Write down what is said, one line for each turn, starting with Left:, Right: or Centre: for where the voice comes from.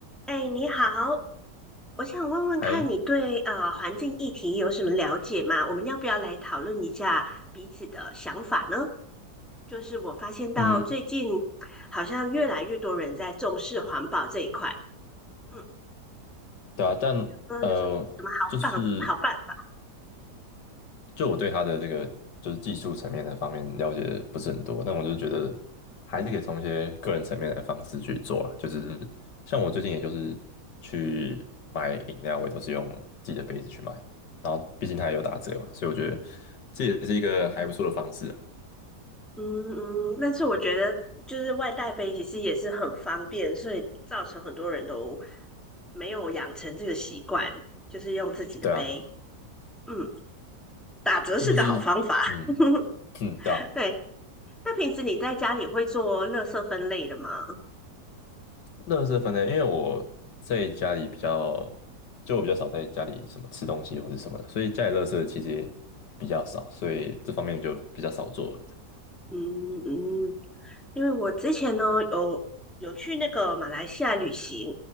Centre: 哎，你好，我想问问看你对呃环境议题有什么了解吗？
Left: 还
Centre: 我们要不要来讨论一下彼此的想法呢？就是我发现到最近
Left: 嗯，
Centre: 好像越来越多人在重视环保这一块，嗯，
Left: 对啊，但呃，
Centre: 呃，有什么什么好办好办法？
Left: 就是就我对他的这个就是技术层面的方面了解不是很多，但我就觉得还是可以从一些个人层面的方式去做啊，就是像我最近也就是去买饮料，我也都是用自己的杯子去买，然后毕竟它也有打折嘛，所以我觉得这也是一个还不错的方式啊。
Centre: 嗯嗯，但是我觉得就是外带杯其实也是很方便，所以造成很多人都没有养成这个习惯，就是用自己的杯。
Left: 对啊，
Centre: 嗯，打折是个好方法。
Left: 但就是嗯
Centre: <laughs>
Left: 嗯，<laughs> 对啊。
Centre: 对，那平时你在家里会做乐色分类的吗？
Left: 乐事分类，因为我在家里比较，就我比较少在家里什么吃东西或者什么的，所以家里乐事其实也比较少，所以这方面就比较少做了
Centre: 嗯嗯，因为我之前呢有有去那个马来西亚旅行，